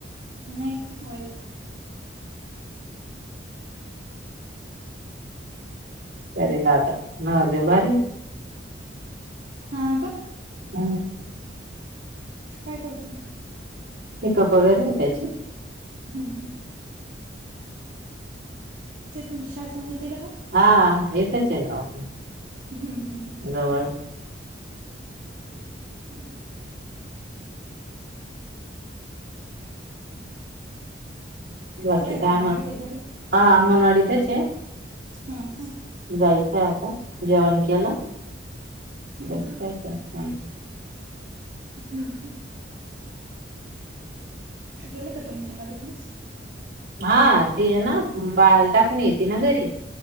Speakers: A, on the right; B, on the right.
A: नाही आहेत
B: सरीला आता नवरदेव भारी
A: हा का
B: ह
A: काय करत
B: पिकअप वगैरे आहे त्याची
A: हम् हम् ते तुम शासनाला दिलं का
B: हा हा इथेच आहे
A: हम् हं
B: जवळ
A: ह् हम्
B: बाकी
A: कुठे आहेत
B: काय
A: अंगणवाडी
B: मग
A: ते घरी
B: हा अंगणवाडीतच ए
A: हा हां
B: जायचंय आता जेवण केला
A: हम्म
B: बस
A: हम्म
B: <unintelligible>
A: हम्, गेल्या का तुमच्या मदतनेस?
B: हा, ती आहे ना बाळाला टाकून येते ना घरी,